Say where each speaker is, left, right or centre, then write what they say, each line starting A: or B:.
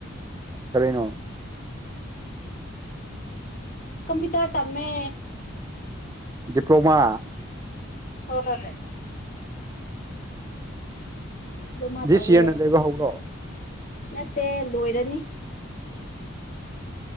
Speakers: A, on the right; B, on the left.
A: ꯀꯔꯤꯅꯣ
B: ꯀꯝꯄꯤꯎꯇꯥ꯭ꯔ ꯇꯃꯦ
A: ꯗꯤꯄ꯭ꯂꯣꯃꯥ
B: ꯍꯣꯏꯣꯏ ꯗꯤꯄ꯭ꯂꯣꯃꯥ
A: ꯗꯤꯁ
B: ꯇꯧꯋꯦ
A: ꯏꯌꯔꯅ ꯂꯩꯕ ꯍꯧꯕ꯭ꯔꯣ
B: ꯅꯠꯇꯦ ꯂꯣꯏꯔꯅꯤ